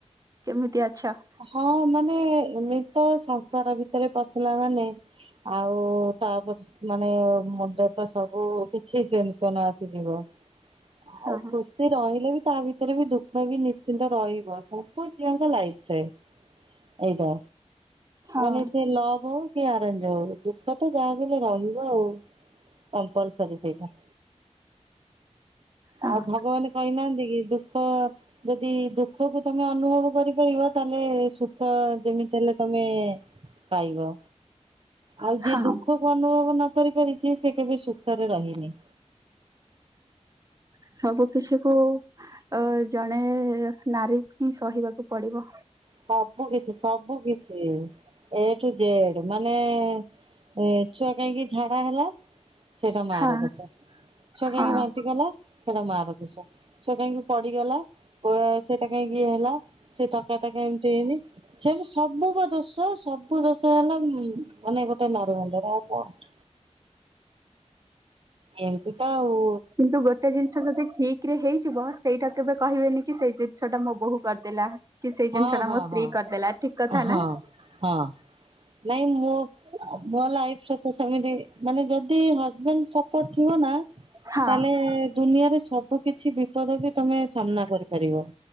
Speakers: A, on the right; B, on the right.
A: କେମିତି ଅଛ?
B: ହଁ ମାନେ ଏମିତ ସଂସାର ଭିତରେ ପଶିଲା ମାନେ ଆଉ ତାପରେ ମାନେ ମୁଣ୍ଡ ତ ସବୁ କିଛି ଟେନସନ ଆସିଯିବ। ଆଉ
A: ହଁ
B: ଖୁସି। ସେ ରହିଲେ ବି ତା ଭିତରେ ବି ଦୁଃଖ ବି ନିଶ୍ଚିନ୍ତ ରହିବ ସବୁ ଝିଅଙ୍କ ଲାଇଫରେ। ଏଇଟା
A: ହଁ
B: ମାନେ ସେ ଲଭ ହଉ କି ଆରେଞ୍ଜେ ହଉ ଦୁ ଦୁଃଖ ତ ଯାହା ହେଲେ ରହିବ ଆଉ କମ୍ପୋଲ୍ସରୀ ସେଇଟା।
A: ହଁ
B: ଆଉ ଭଗବାନ କହିନାହାନ୍ତି କି ଦୁଃଖ ଯଦି ଦୁଃଖକୁ ତମେ ଅନୁଭବ କରି ପା ତାହେଲେ ସୁଖ ଯେମିତି ହେଲେ ତମେ ପାଇବ। ଆଉ ଯିଏ
A: ହଁ
B: ଦୁଃଖ କୁ ଅନୁଭବ ନ କରି ପାରିଛି ସେ କେବେ ସୁଖରେ ରହିନି।
A: ସବୁ କିଛି କୁ ଅ ଜଣେ ନାରୀ ହିଁ ସହିବାକୁ ପଡିବ।
B: ସବୁ କିଛି ସବୁ କିଛି ଏଠୁ ଜେଡ ମାନେ ଏ ଛୁଆ କାହିଁକି ଝାଡା ହେଲା? ସେଇଟା ମାରଦୋଶ
A: ହଁ
B: ଛୁଆ
A: ହଁ
B: କାହିଁକି ବାନ୍ତି କଲା? ସେଟା ମା ରଦୋଷ ସେ କାହିଁକି ପଡିଗଲା ଓ ସେଟା କାଇହିଁକି ଇଏ ହେଲା ସେ ଏମତି ହେଇନି ସେ ସବୁ କ ଦୋଶ୍ ସବୁ ଦୋଷ ହେଲା ମାନେ ଗୋଟେ ନାରି ମୁଣ୍ଡରେ ଆଉ କଣ। ଏମତି ତ ଆଉ।
A: କିନ୍ତୁ ଗୋଟେ ଜିନିଷ ଯଦି ଠିକ କିରେ ହେଇଯିବ ସେଇଟା କେବେ କହିବେନି କି ସେଇ ଜିନିଷ ଟା ମୋ ବୋହୁ କରିଦେଲା। କି ସେଇ
B: ହଁ
A: ଜିନିଷ ଟା
B: ହଁ
A: ମୋ ସ୍ତ୍ରୀ
B: ହଁ
A: କରିଦେଲା ଠିକ କଥା
B: ହଁ
A: ନା?
B: ହଁ ନାଇଁ ମୋ ମୋ ଲାଇଫ ସହିତ ସେମିତି ମାନେ ଯ ଯଦି ହଜବେଣ୍ଡ ସପୋର୍ଟ ଥିବ ନା
A: ହଁ।
B: ତାଲେ ଦୁନିଆରେ ସବୁ କିଛି ବିପଦ ବି ତମେ ସାମ୍ନା କରିପାରିବ।